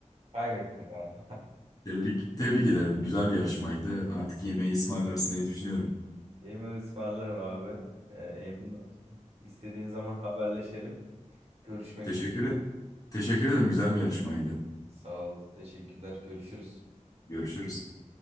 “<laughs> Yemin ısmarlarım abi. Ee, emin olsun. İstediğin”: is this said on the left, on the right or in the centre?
Right